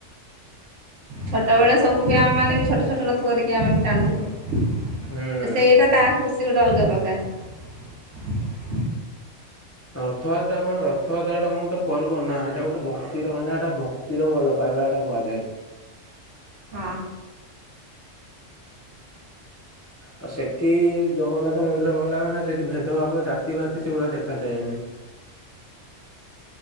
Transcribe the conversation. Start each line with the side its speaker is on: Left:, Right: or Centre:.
Right: ଛୋଟବେଳେ ସବୁ ବି ଆମେ ମାନେ ଛୋଟ ଛୋଟ ରଥ କରିକି ଆମେ ବି ଟାଣୁଥିଲୁ।
Left: ହୁଁ
Right: ସେଇଟା ତା ଖୁସି ଗୋଟେ ଅଲଗା ପ୍ରକା ର।
Left: ରଥଯାତ୍ରା କଣ ରଥଯାତ୍ରାଟା କଣ ଗୋଟେ ପର୍ବ ନା ଏଇଟା ଗୋଟେ ଭକ୍ତିର ମାନେ ଏଟା ଭକ୍ତିର ଭଲ ପାଇବା ଏଟା କୁହାଯାଏ
Right: ହଁ
Left: ଆଉ ସେଠି ଜଗନ୍ନାଥ ମନ୍ଦିର ଗଲା ମାନେ ସେଠି ଭେଦଭାବ ଜାତି ଭାତି ସେଗୁଡା ଦେଖ ଦେଖାଯାଏନି।